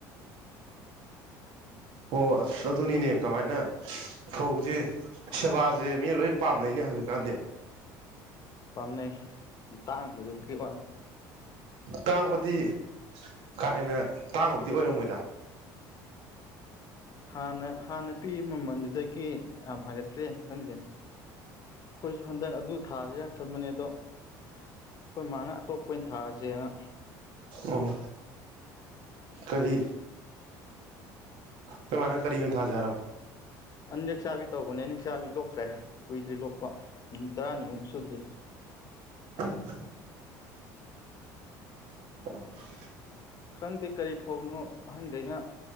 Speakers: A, on the right; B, on the left.
A: ꯑꯣ ꯑꯁ ꯑꯗꯨꯅꯤꯅꯦ ꯀꯃꯥꯏꯅ ꯐꯧꯁꯦ ꯁꯦꯕꯥꯁꯦ ꯃꯤ ꯂꯣꯏ ꯄꯥꯝꯅꯩꯅꯦ ꯍꯧꯖꯤꯛꯀꯥꯟꯗꯤ
B: ꯄꯥꯝꯅꯩ ꯇꯥꯡꯕꯗꯨ ꯀꯩ ꯋꯥꯅꯤ
A: ꯇꯥꯡꯕꯗꯤ ꯀꯥ ꯍꯦꯟꯅ ꯇꯥꯡꯕꯗꯤ ꯑꯣꯏꯔꯝꯃꯣꯏꯗ ꯑ
B: ꯍꯥꯟꯅ ꯍꯥꯟꯅ ꯄꯤꯛꯏ ꯃꯃꯜꯗꯨꯗꯒꯤ ꯌꯥꯝ ꯍꯥꯏꯒꯠꯈ꯭ꯔꯦꯅ ꯈꯪꯗꯦ ꯑꯩꯈꯣꯏꯁꯨ ꯍꯟꯗꯛ ꯑꯗꯨ ꯊꯥꯁꯤꯒ ꯈꯟꯕꯅꯦ ꯑꯗꯣ ꯑꯩꯈꯣꯏ ꯃꯥꯅ ꯑꯇꯣꯞꯄ ꯑꯣꯏꯅ ꯊꯥꯑꯁꯦꯅ
A: ꯑꯣ ꯀꯔꯤ
B: <unintelligible>
A: ꯇ ꯃꯅ ꯀꯔꯤ ꯊꯥꯖꯔꯣ
B: ꯑꯟꯗꯦꯛ ꯆꯆꯥꯕꯤ ꯇꯧꯕꯅꯦ ꯅꯦꯛ ꯆꯆꯥꯕꯤ ꯂꯣꯛꯈ꯭ꯔꯦ ꯀꯨꯏꯗ꯭ꯔꯤ ꯂꯣꯛꯄ ꯅꯨꯃꯤꯠ ꯇꯔꯥꯅꯤꯃꯨꯛ ꯁꯨꯗ꯭ꯔꯦꯁ
A: <unintelligible> ꯎ
B: ꯈꯪꯗꯦ ꯀꯔꯤ ꯐꯥꯎꯅꯣ ꯑꯍꯟꯈꯩꯅ